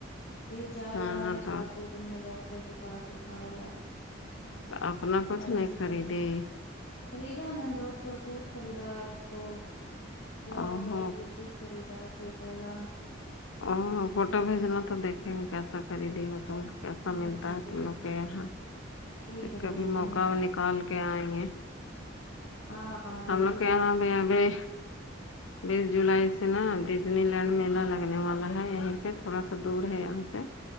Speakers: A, on the left; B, on the left.
A: پھر جا
B: ہاں
A: رہا
B: ہاں
A: ہے
B: تو
A: کالتوت دن میں ڈاکٹر کے پاس دکھائے لا
B: اپنا کچھ
A: کل
B: نہیں
A: سے
B: خریدی
A: پرسوں خریدا نا دو ٹھو سوٹ خریدا ایک دو ٹھو فرواک
B: او
A: والی
B: ہو
A: کرتی خریدا سیٹ والا
B: او فوٹو بھیجنا تو دیکھیں گے کیسا خریدی ہو تم کیسا ملتا
A: اچھا
B: ہے
A: جی
B: تم لوگ کے یہاں
A: ٹھیک
B: پھر
A: ہے
B: کبھی
A: بھیج دیں
B: موقع
A: گے
B: نکال کے آئیں گے
A: ہاں آپا ضرور
B: ہم لوگ کے یہاں
A: آئیے
B: بھی ابھی بیس جولائی سے نا ڈزنی لینڈ میلا لگ لگنے والا ہے یہیں پے تھوڑا سا دور ہے یہاں سے